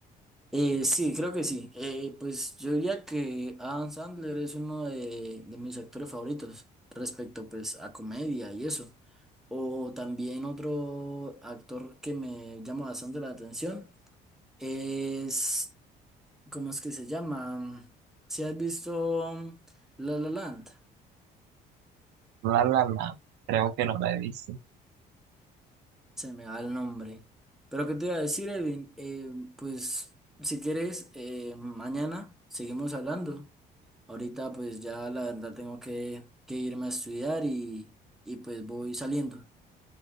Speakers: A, in the centre; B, on the right.
A: Eh, sí, creo que sí. Eh, pues yo diría que Adam Sandler es uno de, de mis actores favoritos respecto pues a comedia y eso. O también otro actor que me llama bastante la atención es ¿Cómo es que se llama? Si has visto La La Land,
B: La, la, la. Creo que no me he visto.
A: se me va el nombre. Pero qué te iba a decir, Evin, Eh, pues si quieres, eh, mañana seguimos hablando. Ahorita pues ya la verdad tengo que, que irme a estudiar y, y pues voy saliendo.